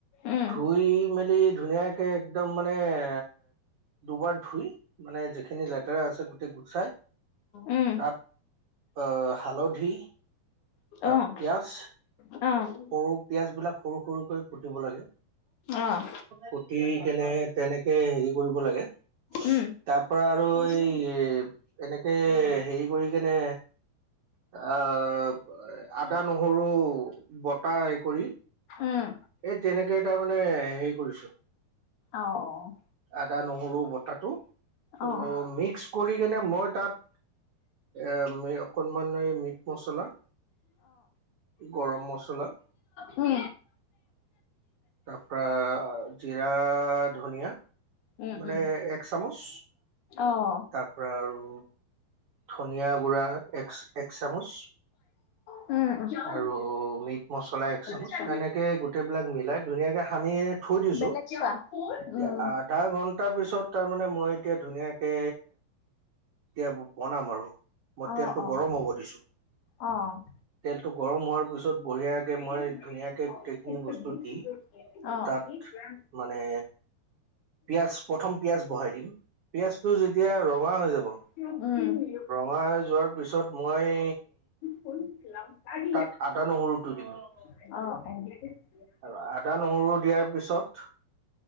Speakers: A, on the left; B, on the right.
A: উম,
B: ধুই মেলি, ধুনীয়াকে। একদম মানে এ দুবাৰ ধুই মানে যিখিনি লেতেৰা আছে গোটেই গোচাই
A: উম,
B: তাত, আহ হালধি তা
A: অ',
B: পিঁয়াজ
A: অ'।
B: সৰু পিয়াজ বিলাক সৰু সৰুকই কুটিব লাগে
A: অ',
B: কুটি কেনে, তেনেকে হেৰি কৰিব লাগে
A: উম।
B: তাৰ পৰা আৰু
A: তাৰপিছত,
B: এই, এনেকে হেৰি কৰি কেনে আব, আদা নহৰু বটাহ হে কৰি
A: উম।
B: এই তেনেকে এ তটা মানে হেৰি কৰিছো।
A: অ',
B: আদা নহৰু বতাহটো। ত'
A: অ', অ'।
B: মিক্স কৰি কেনে মই তাত এম অকনমান এই মিট মচলা। গৰম মছলা
A: উম
B: তাৰ পৰা জিৰা ধনিয়া
A: উম, উম,
B: মানে
A: উম উম
B: এক চামুচ
A: অ'।
B: তাৰ পৰা আৰু, ধনিয়া গুড়া এক এক চামুচ
A: বেলেগ
B: আৰু মিট, মচলা এক চামুচ
A: চোৱা
B: এনেকে গোটেই বিলাক মিলাই। ধুনীয়াকে সানি থৈ দিছোঁ।
A: বেলেগ চোৱা
B: এতিয়া
A: উম
B: আ আধা ঘন্টা পিছত তাৰমানে মই এতিয়া ধুনীয়াকে, এতিয়া বনাম আৰু মই
A: অ
B: তেলটো
A: অ অ
B: গৰম হ'ব দিছো।
A: অ'।
B: তেলটো গৰম হোৱাৰ পিছত বঢ়িয়াকে মই
A: উম
B: ধুনীয়াকে গোটেইখিনি বস্তু দি,
A: অ অ
B: তাত মানে, পিয়াজ প্ৰথম পিয়াজ বঢহাই দিম পিয়াজটো যেতিয়া ৰঙা হৈ যাব,
A: উ।
B: মাই যোৱাৰ পিছত, মই
A: শুনছিল <unintelligible>
B: তাত আদা নহৰুটো দিম। অঁ,
A: অ'। <unintelligible>
B: আৰু আদা নহৰু দিয়াৰ পিছত,